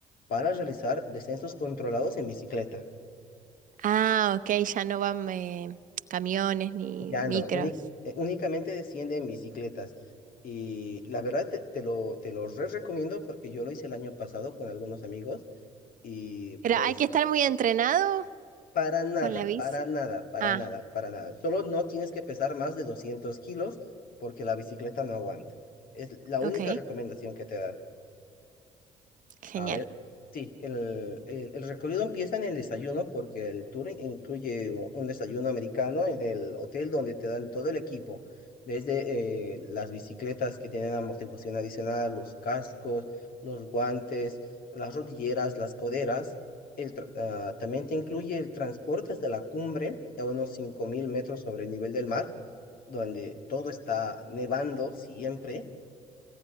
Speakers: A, on the left; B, on the right.
A: para realizar descensos controlados en bicicleta.
B: Ah, ok, ya no van eh, camiones ni
A: Ya
B: micros.
A: no, uni- eh, únicamente desciende en bicicletas. Y la verdad te, te lo, te lo re recomiendo porque yo lo hice el año pasado con algunos amigos Y
B: Pero
A: pues
B: hay que estar muy entrenado
A: para nada,
B: con la bici.
A: para nada, para
B: Ah,
A: nada, para nada. Solo no tienes que pesar más de 200 kilos porque la bicicleta no aguanta. Es la única
B: ok,
A: recomendación que te dan.
B: genial.
A: A ver, sí, el, el- el recorrido empieza en el desayuno porque el tour incluye u- un desayuno americano en el hotel donde te dan todo el equipo, desde eh, las bicicletas que tienen amortiguación adicional, los cascos, los guantes, las rodilleras, las coderas. El tra- ah, también te incluye el transporte hasta la cumbre a unos 5.000 metros sobre el nivel del mar, donde todo está nevando siempre.